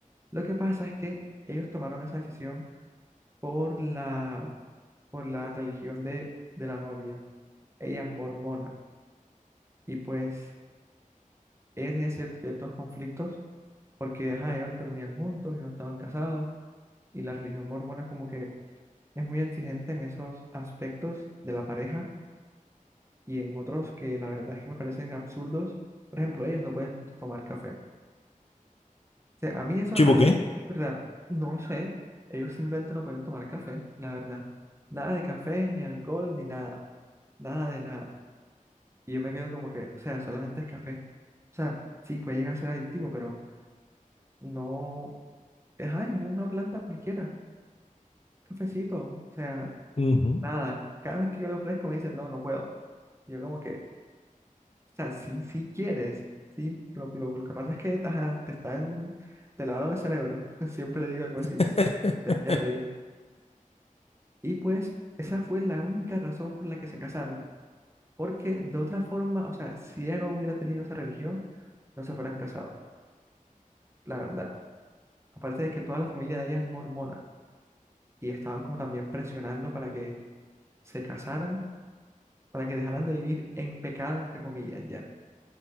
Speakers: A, on the right (about 20°); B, on the left (about 45°).
A: lo que pasa es que ellos tomaron esa decisión por la, por la religión de, de la novia. Ella es mormona y pues ella tenía cier- ciertos conflictos porque ajá, ellos dormían juntos y no estaban casados y la religión mormona como que es muy exigente en esos aspectos de la pareja y en otros que la verdad es que me parecen absurdos. Por ejemplo, ellos no pueden tomar café. O sea, a mí eso
B: chivo
A: me parece
B: qué?
A: muy raro. No sé, ellos simplemente no pueden tomar café, la verdad. Nada de café, ni alcohol, ni nada, nada de nada. Y yo me quedo como que, o sea, solamente es café. O sea, sí, puede llegar a ser adictivo, pero no, ajá, es una planta cualquiera, cafecito, o sea,
B: Ujú.
A: nada. Cada vez que yo le ofrezco me dicen, no, no puedo. Yo como que, O sea, sí, sí quieres. Sí, lo, lo, lo que pasa es que ajá, te están, te lavaron el cerebro. <laughs> Siempre le digo algo así.
B: <laughs>
A: y Se echa a reír. Y pues, esa fue la única razón por la que se casaron. Porque de otra forma, o sea, si ella no hubiera tenido esa religión, no se fueran casado, la verdad. Aparte de que toda la familia de ella es mormona. Y estaban como también presionando para que se casaran, para que dejaran de vivir en pecado, entre comillas, ya.